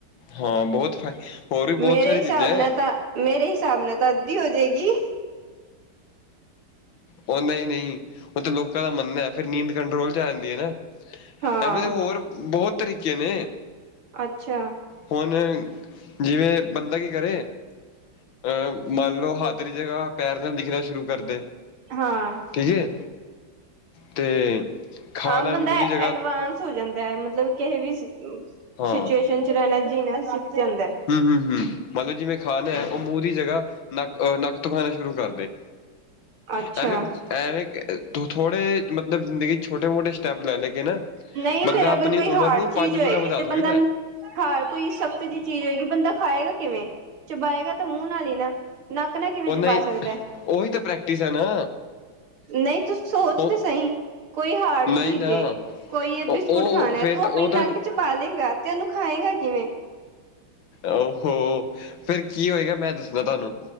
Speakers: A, on the left; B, on the right.
A: ਹਾਂ ਬਹੁਤ ਫਾਇ ਹੋਰ ਵੀ ਬਹੁਤ
B: ਮੇਰੇ
A: ਸਾਰੀ
B: ਹਿਸਾਬ
A: ਚੀਜ਼ਾਂ
B: ਨਾਲ
A: ਹੈ
B: ਤਾਂ ਮੇਰੇ ਹਿਸਾਬ ਨਾਲ ਤਾਂ ਅੱਧੀ ਹੋ ਜਾਏਗੀ
A: ਉਹ ਨਹੀਂ ਨਹੀਂ ਉਹ ਤੇ ਲੋਕਾਂ ਦਾ ਮੰਨਣਾ ਫਿਰ ਨੀਂਦ ਕੰਟਰੋਲ ਜਾਂਦੀਆਂ ਨਾ
B: ਹਾਂ
A: ਐਵੇਂ ਦੇ ਹੋਰ ਬਹੁਤ ਤਰੀਕੇ ਨੇ
B: ਅੱਛਾ।
A: ਹੁਣ ਜਿਵੇਂ ਬੰਦਾ ਕੀ ਕਰੇ ਅਹ ਮੰਨ ਲਓ ਹੱਥ ਜਗ੍ਹਾ ਪੈਰ ਨਾਲ ਲਿਖਣਾ ਸ਼ੁਰੂ ਕਰਦੇ
B: ਹਾਂ-
A: ਠੀਕ ਹੈ ਤੇ ਖਾਣਾ
B: ਹਾਂ ਬੰਦਾ
A: ਮੂੰਹ ਦੀ ਜਗ੍ਹਾ
B: ਐਡਵਾਂਸ ਹੋ ਜਾਂਦਾ ਹੈ ਮਤਲਬ ਕਿਸੇ ਵੀ
A: ਹਾਂ
B: ਸਿਚੁਏਸ਼ਨ ਚ ਰਹਿਨਾ ਜੀਨਾ ਸਿੱਖ ਜਾਂਦਾ ਹੈ।
A: ਹੂ, ਹੂ, ਹੂ ਮੰਨ ਲਓ ਜਿਵੇਂ ਖਾਣਾ ਹੈ ਉਹ ਮੂੰਹ ਦੀ ਜਗ੍ਹਾ ਨੱਕ ਨੱਕ ਤੋ ਖਾਣਾ ਸ਼ੁਰੂ ਕਰਦੇ
B: ਅੱਛਾ।
A: ਐਵੇਂ ਐਵੇਂ ਥੋੜੇ ਮਤਲਬ ਜ਼ਿੰਦਗੀ ਚ ਛੋਟੇ ਮੋਟੇ ਸਟੈਪ ਲੈ ਲੈ ਕੇ ਨਾ
B: ਨਹੀਂ,
A: ਬੰਦਾ
B: ਫਿਰ ਅਗਰ
A: ਆਪਣੀ
B: ਕੋਈ ਹਾਰਡ
A: ਉਮਰ ਨੂੰ
B: ਚੀਜ਼
A: ਪੰਜ
B: ਹੋਏਗੀ
A: ਗੁਣਾ ਵਧਾ
B: ਤੇ ਬੰਦਾ
A: ਸਕਦਾ ਹੈ
B: ਹਰ ਕੋਈ ਸਖਤ ਜਿਹੀ ਚੀਜ਼ ਹੋਏਗੀ ਬੰਦਾ ਖਾਏਗਾ ਕਿਵੇਂ, ਚਬਾਏਗਾ ਤਾਂ ਮੂੰਹ ਨਾਲ ਹੀ ਨਾ ਨੱਕ ਨਾਲ ਕਿਵੇਂ
A: ਉਹ
B: ਚਬਾ
A: ਨਹੀਂ
B: ਸਕਦਾ
A: ਉਹੀ ਤਾਂ ਪ੍ਰੈਕਟਿਸ ਹੈ ਨਾ
B: ਨਹੀਂ ਤੂੰ ਸੋਚ
A: ਉਹ
B: ਤੇ ਸਹੀ ਕੋਈ ਹਾਰਡ
A: ਨਹੀਂ
B: ਚੀਜ਼
A: ਨਾ
B: ਹੈ। ਕੋਈ ਇਹ
A: ਉਹ
B: ਬਿਸਕੁਟ
A: ਉਹ
B: ਖਾਣਾ
A: ਫੇਰ
B: ਤੂੰ
A: ਤਾਂ
B: ਆਪਣੀ
A: ਉਹ
B: ਨੱਕ
A: ਤਾਂ
B: ਚ ਪਾ ਲੇਗਾ ਤੇ ਉਹਨੂੰ ਖਾਏਗਾ ਕਿਵੇਂ
A: ਉਹ ਫਿਰ ਕੀ ਹੋਏਗਾ ਮੈਂ ਦੱਸਣਾ ਤੁਹਾਨੂੰ,